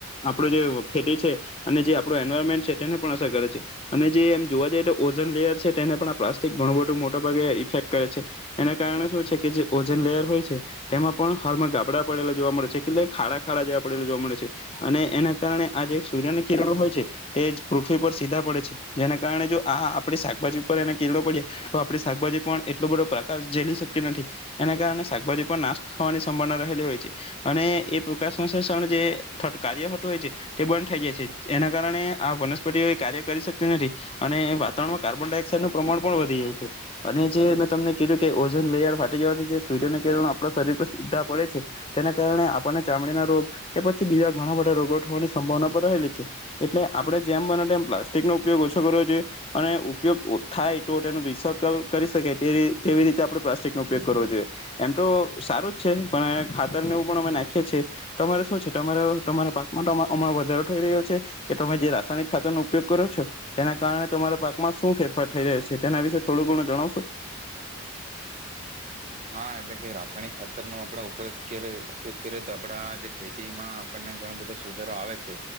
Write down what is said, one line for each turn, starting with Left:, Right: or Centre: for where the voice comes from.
Left: આપણો જે ખેતી છે અને જે આપણો એન્વાયરમેન્ટ છે તેને પણ અસર કરે છે અને જે એમ જોવા જઈએ તો ઓઝન લેયર છે તેને પણ આ પ્લાસ્ટિક ઘણું બધું મોટાભાગે ઇફેક્ટ કરે છે એના કારણે શું છે કે જે ઓજન લેયર હોય છે તેમાં પણ હલમાં ગાબડા પડેલા જોવા મળે છે કેટલે ખાડા ખાડા જેવા પડેલા જોવા મળે છે અને એના કારણે આ જે સૂર્યને કિરણો હોય છે એજ પૃથ્વી પર સીધા પડે છે જેના કારણે જો આ આ આપડી શાકભાજી પર એને કિરણો પડ્યા તો આપણી શાકભાજી પણ એટલો બઢો પ્રકાસ ઝેલી સકતી નઠી. એના કારણે સાકભાજી પણ નાસ થવાની સંભાવના રહેલી હોય છે, અને એ પ્રકાશસંશ્લેષણ જે, થત કાર્ય હટુ એ જે, બંધ થઈ જાય છે. એના કારણે આ વનસ્પટી કાર્ય કરી શકટી નથી, અને વાતાવરણમાં કાર્બન ડાયોક્સાઇડનું પ્રમાણ પણ વધી જાય છે અને જે મેં તમને કીધું કે ઓઝન લેયર ફાટી જવાથી જે સૂર્યના કરણો આપણા શરીર પર સીધા પડે છે, તેના કારણે આપણને ચામડીના રોગ કે પછી બીજા ઘણા બધા રોગો થવાની સંભાવના પણ રહેલી છે. એટલે આપણે જેમ બને તેમ પ્લાસ્ટિકનો ઉપયોગ ઓછો કરવો જોઈએ અણે ઉપયોગ ઓ થાય તો તેનું રિસકલ કરી શકાય ટે રી તેવી રીતે આપણે પ્લાસ્ટિક ન ઉપયોગ કરવો જોઈએ એમ તો સારું જ છે, પણ ખાતર ને એવું પણ અમે નાખીએ છે, તમારે સુ છે? તમારો, તમારા, પાકમાં, અમા વધારો થઈ રહ્યો છે કે તમે જે રાસાયણિક ખાતરનો ઉપયોગ કરો છો, તેના કારણે તમારા પાકમાં સુ ફેરફાર થઈ રહ્યો છે તેના વિશે થોડું ઘણું જણાવસો?
Right: હા, એટલે કે રાસાયણિક ખાતરનો આપડે ઉપયોગ કેરે, ઉપયોગ કરીએ તો આપડા જે ખેતીમાં આપણને ઘણો બધો સુધારો આવે છે,